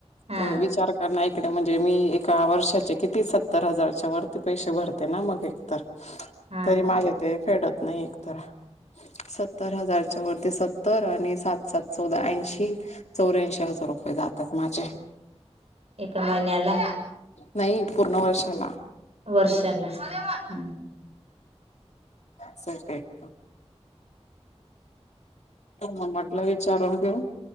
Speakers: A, on the right; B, on the left.
A: हा
B: तर विचार कर. <unintelligible> म्हणजे मी एका वर्षाचे किती सत्तर हजारच्या वरती पैसे भरते ना म ते एकतर
A: हा
B: तरी
A: ना.
B: माझे ते फेडत नाही एकतर. सत्तर हजारच्या वरती सत्तर आणि <unintelligible> सात सात चौदा ऐंशी चौऱ्यांशी हजार रुपये जातात माझे.
A: एका महिन्याला
B: नाही पूर्ण वर्षाला
A: -वर्षाला हा
B: <unintelligible> ह म्हटलं विचारून घेऊ